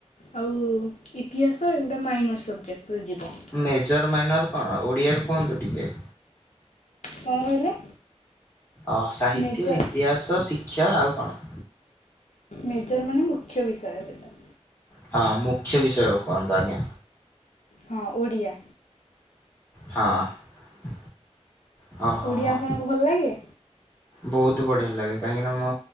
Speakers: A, on the left; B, on the left.
A: ଆଉ ଇତିହାସ ଏଗୁଡା ମାଇନର୍ ସବଜେକ୍ଟରେ ଯିବ।
B: ମେଜର୍ ମାଇନର୍ କଣ ଓଡ଼ିଆରେ କୁହନ୍ତୁ ଟିକେ।
A: କଣ କହିଲେ?
B: ଅ ସାହିତ୍ୟ
A: ମେଜର
B: ଇତିହାସ ଶିକ୍ଷା ଆଉ କଣ?
A: ମେଜର ମାନେ ମୁଖ୍ୟ ବିଷୟ ସେଇଟା।
B: ହଁ ମୁଖ୍ୟ ବିଷୟ କୁହନ୍ତୁ ଆଜ୍ଞା।
A: ହଁ ଓଡ଼ିଆ
B: ହଁ ହଁ
A: ଓଡ଼ିଆ
B: ଓଃ ହଁ
A: ଆପଣଙ୍କୁ ଭଲ ଲାଗେ
B: ବହୁତ ବଢିଆ ଲାଗେ କାହିଁକିନା ମ